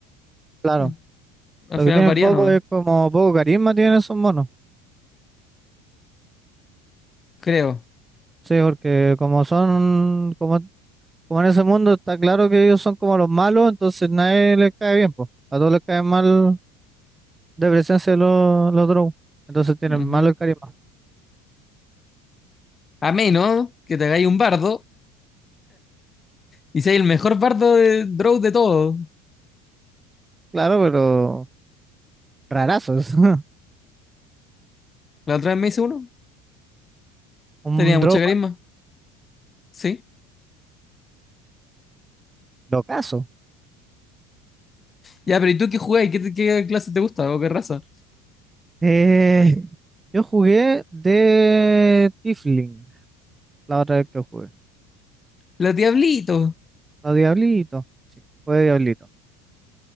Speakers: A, on the right; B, on the left.
A: claro.
B: Mm. Al
A: Lo
B: final
A: que tienen
B: varía,
A: poco
B: ¿no?
A: es como poco carisma tienen esos monos.
B: Creo.
A: Sí, porque como son, como, como en ese mundo está claro que ellos son como los malos, entonces nadie les cae bien, pues. A todos les cae mal de presencia los, los drow. Entonces tienen
B: Ujú.
A: malo el carisma.
B: A menos que te hagáis un bardo y seas el mejor bardo de Drow de todos.
A: Claro, pero rarazos. <laughs>
B: La otra vez me hice uno.
A: Un
B: Tenía
A: drow
B: mucha carisma. Sí.
A: locazo.
B: Ya, pero ¿y tú qué jugáis? ¿Qué, te- qué clase te gusta o qué raza?
A: Eh, yo jugué de Tifling la otra vez que jugué.
B: Los diablitos.
A: La Diablito. Sí, fue Diablito.